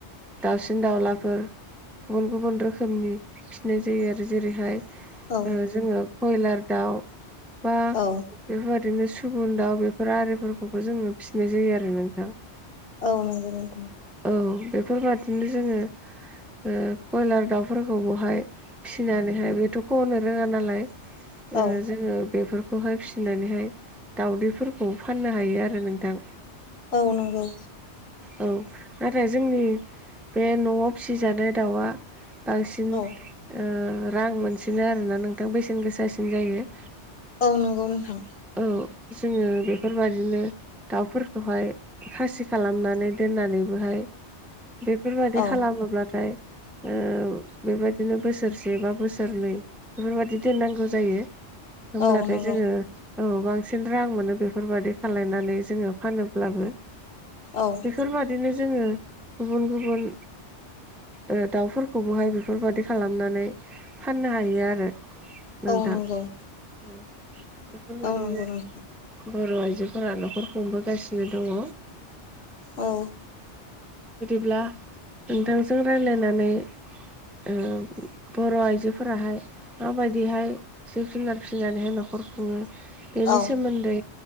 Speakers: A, in the centre; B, on the left (about 60°).
A: दावसिन दाउलाफोर गुबुन गुबुन रोखोमनि फिसिनाय जायो आरो जेरैहाय ओ
B: औ
A: जोङो कयलार दाउ बा
B: औ।
A: बेफोरबायदिनो सुबुन दाउ बेफोर आरिफोरखौबो जोङो फिसिनाय जायो आरो नोंथां।
B: औ नंगौ नोंथां।
A: औ बेफोरबादिनो जोङो ओ कयलार दाउफोरखौ बहाय फिसिनानैहाय बेथ' गनो रोङा नालाय ओ
B: औ
A: जोङो बेफोरखौहाय फिसिनानैहाय दाउदैफोरखौ फाननो हायो आरो नोंथां।
B: औ नंगौ।
A: औ। नाथाय जोंनि बे न'आव फिसिजानाय दाउआ बांसिन
B: औ
A: ओ रां मोनसिनो आरो ना नोंथां बेसेन गोसासिन जायो।
B: औ नंगौ नोंथां।
A: औ जोङो बेफोरबादिनो दाउफोरखौहाय खासि खालामनानै दोननानैबोहाय बेफोरबादि
B: औ
A: खालामोब्लाथाय ओ बेबायदिनो बोसोरसे बा बोसोरनै बेफोरबादि दोननांगौ जायो। होमब्लाथाय
B: औ नंगौ
A: जोङो औ बां सिन रां मोनो बेफोरबादि खालायनानै जोङो फानोब्लाबो।
B: औ।
A: बेफोरबादिनो जोंङो गुबुन-गुबुन ओ दाउफोरखौबोहाय बेफोरबादि खालामनानै फाननो हायो आरो। नोंथां।
B: औ नंगौ
A: औ बेफोरबायादिनो
B: औ नंगौ नोंथां
A: बर' आइजोफोरा न'खर खुंबोगासिनो दङ।
B: औ।
A: बिदिब्ला नोंथांजों रायलायनानै ओम बर' आइजोफोराहाय माबायदिहाय जिब जुनार फिसिनानैहाय न'खर खुङो बेनि
B: औ
A: सोमोन्दै